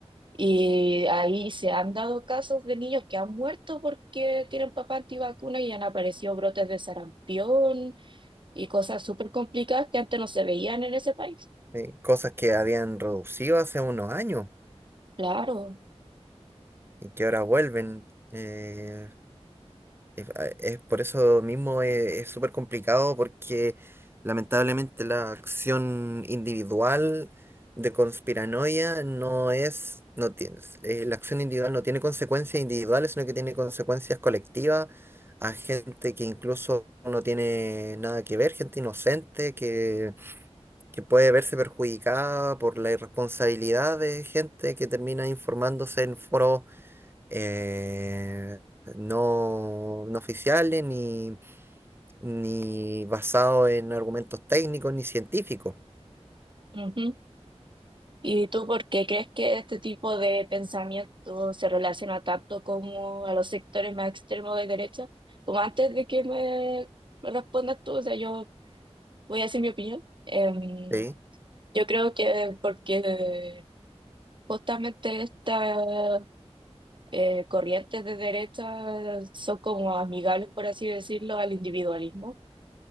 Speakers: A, on the right (about 45°); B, on the right (about 20°).
A: y ahí se han dado casos de niños que han muerto porque tienen papá antivacuna y han aparecido brotes de sarampión y cosas súper complicadas que antes no se veían en ese país.
B: sí. Cosas que habían reducido hace unos años
A: Claro.
B: y que ahora vuelven. eh, Es, ah, es por eso mismo es es súper complicado porque lamentablemente la acción individual de conspiranoia no es, no tiene, eh, la acción individual no tiene consecuencias individuales, sino que tiene consecuencias colectivas a gente que incluso no tiene nada que ver, gente inocente que, que puede verse perjudicada por la irresponsabilidad de gente que termina informándose en foros eh, no, no oficiales, ni, ni basado en argumentos técnicos ni científicos.
A: ujú. ¿Y tú por qué crees que este tipo de pensamiento se relaciona tanto como a los sectores más extremos de derecha? Como antes de que me, me respondas tú, o sea, yo voy a decir mi opinión. Em,
B: Sí,
A: yo creo que porque justamente esta eh, corrientes de derecha son como amigables, por así decirlo, al individualismo.